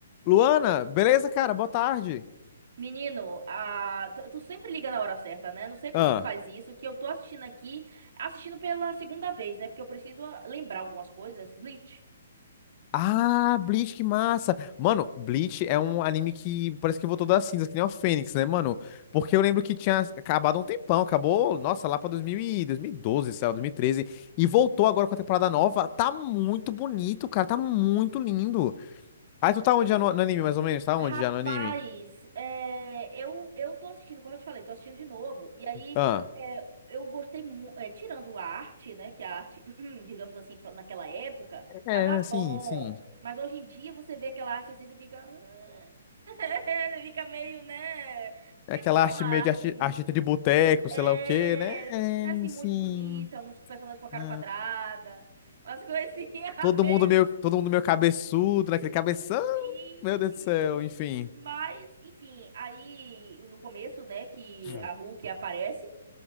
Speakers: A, on the left; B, on the right.
A: Luana, beleza, cara? Boa tarde.
B: Menino, ah, tu, tu sempre liga na hora certa, né? Não sei como
A: Ah.
B: tu faz isso, que eu tô assistindo aqui, assistindo pela segunda vez, né? Porque eu preciso ah, lembrar algumas coisas. Bleach.
A: Ah, Bleach, que massa. Mano, Bleach é um anime que parece que voltou das cinzas, que nem o Fênix, né, mano? Porque eu lembro que tinha acabado há um tempão, acabou, nossa, lá pra 2000 e 2012, sei lá, 2013, e treze, e voltou agora com a temporada nova. Tá muito bonito, cara, tá muito lindo. Aí tu tá onde já no, no anime, mais ou menos? Tá onde
B: Rapaz,
A: já no anime?
B: é, eu, eu tô assistindo, como eu te falei, tô assistindo de novo. E aí,
A: Ah,
B: é, eu gostei muito. tirando a arte, né? Que a arte, <clears throat> digamos assim, pra- naquela época,
A: é,
B: tava
A: sim,
B: bom.
A: sim.
B: Mas hoje em dia você vê aquela arte assim, você fica. <laughs> Você fica meio, né? Porque
A: É aquela
B: não é
A: arte
B: uma arte
A: meio de arti- artista de boteco,
B: É,
A: sei lá o quê, né? É,
B: né, assim,
A: sim.
B: muito bonita, uns personagens com a cara
A: né?
B: quadrada, umas coisinhas <laughs>
A: Todo
B: meio
A: mundo meio, todo mundo meio cabeçudo, naquele cabeção.
B: assim.
A: Meu Deus do céu, enfim.
B: Mas, enfim, aí no começo, né, que
A: Hum.
B: a Hulk aparece,